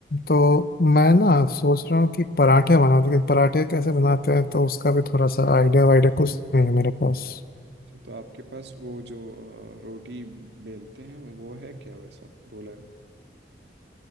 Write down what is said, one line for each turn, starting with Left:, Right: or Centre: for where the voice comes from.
Left: तो मैं ना सोच रहा हूँ कि पराठे बनाऊँ लेकिन पराठे कैसे बनाते हैं तो उसका भी थोड़ा सा आइडिया वाइडिया कुछ नहीं है मेरे पास
Right: अच्छा तो आपके पास वो जो अ, रोटी बेलते हैं वो वो है क्या वैसा रोलर